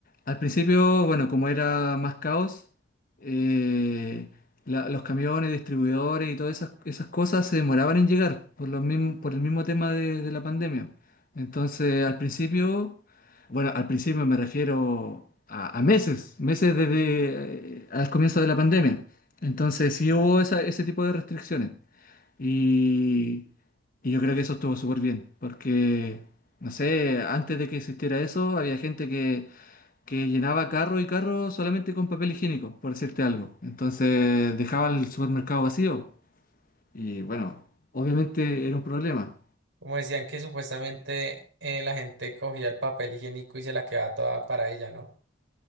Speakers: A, on the left; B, on the right.
A: al principio, bueno, como era más caos, eh, la- los camiones, distribuidores y todas esas, esas cosas se demoraban en llegar por los mism- por el mismo tema de, de la pandemia. Entonces, al principio, bueno, al principio me refiero a, a meses, meses desde eh, al comienzo de la pandemia. Entonces, sí hubo esa- ese tipo de restricciones. Y, y yo creo que eso estuvo súper bien, porque, no sé, antes de que existiera eso, había gente que, que llenaba carro y carro solamente con papel higiénico, por decirte algo. Entonces dejaba el supermercado vacío y bueno, obviamente era un problema.
B: Como decían que supuestamente eh, la gente cogía el papel higiénico y se la quedaba toda para ella, ¿no?